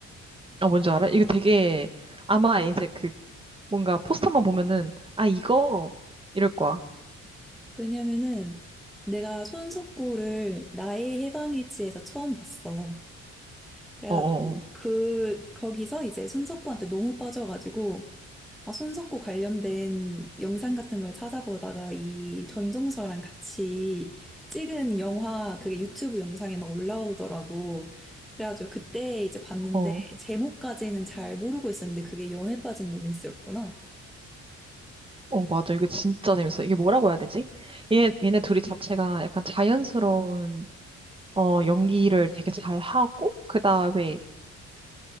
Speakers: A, on the right; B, in the centre.
A: 아, 뭔지 알아? 이거 되게 아마 이제 그 뭔가 포스터만 보면은 아, 이거 이럴 거야.
B: 왜냐면은 내가 손석구를 나의 해방일지에서 처음 봤어. 그래가지고
A: 어어어.
B: 그 거기서 이제 손석구한테 너무 빠져가지고 어, 손석구 관련된 영상 같은 걸 찾아보다가 이 전종서랑 같이 찍은 영화 그게 유튜브 영상에 막 올라오더라고. 그래가지고 그때 이제 봤는데
A: 어, 어, 어.
B: 제목까지는 잘 모르고 있었는데 그게 연애 빠진 로맨스였구나.
A: 어, 맞아. 이거 진짜 재밌어. 이게 뭐라고 해야 되지? 얘, 얘네 둘이 자체가 약간 자연스러운 어, 연기를 되게 잘 하고 그다음에